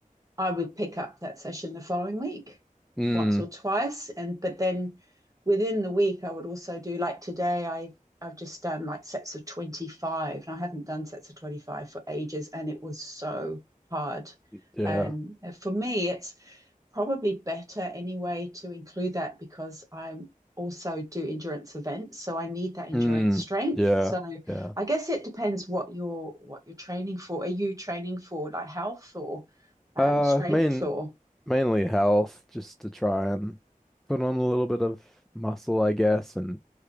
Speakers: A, on the right (about 25°); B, in the centre.
A: I would pick up that session the following week,
B: Mm,
A: once or twice, and but then within the week I would also do like today I I've just done like sets of 25 and I haven't done sets of 25 for ages and it was so hard.
B: yeah.
A: Um, for me, it's probably better anyway to include that because I'm also do endurance events, so I need that endurance
B: Mm,
A: strength.
B: yeah.
A: So
B: Yeah.
A: I guess it depends what you're what you're training for. Are you training for like health or um,
B: Uh,
A: strength
B: main
A: or
B: mainly health, just to try and put on a little bit of muscle, I guess, and